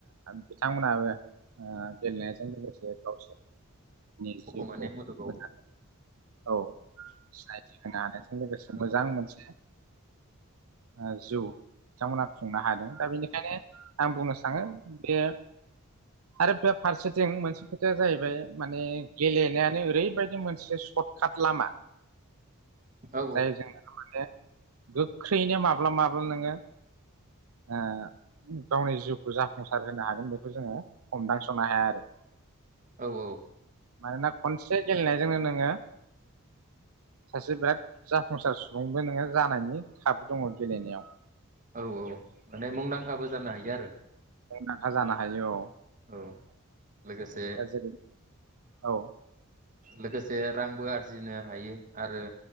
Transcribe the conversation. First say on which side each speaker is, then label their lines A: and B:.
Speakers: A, on the right; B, on the right.
A: बिथांमोनहाबो ओ गेलेनायजों लोगोसे गावसोरनि जिउखौ
B: माने
A: मोननो
B: मुलुगाव
A: हायो औ। सिनायथि होनो हानायजों जों लोगोसे
B: औ
A: मोजां मोनसे ओ जौ बिथांमोना खुंनो हादों दा बेनिखायनो आं बुंनो सानो बे आरो बे फारसेथिं मोनसे खोथाया जाहैबाय माने गेलेनायानो ओरैबायदि मोनसे सर्ट काट लामा
B: औ
A: जाय जोंना माने। गोख्रैयैनो माब्ला माब्ला नोङो ओ गावनि जिउखौ जाफुंसार होनो हागोन बेखौ जोङो हमदांस'नो हाया आरो
B: औ औ
A: मानोना खनसे एसे गेलेनायजोंनो नोङो सासे बिराद जाफुंसार सुबुंबो नोङो जानायनि खाबु दङ गेलेनायाव
B: औ औ माने मुंदांखाबो जानो हायो आरो।
A: मुंदांखा जानो हायो औ।
B: औ। लोगोसे
A: <unintelligible> औ
B: लोगोसे रांबो आरजिनो हायो। आरो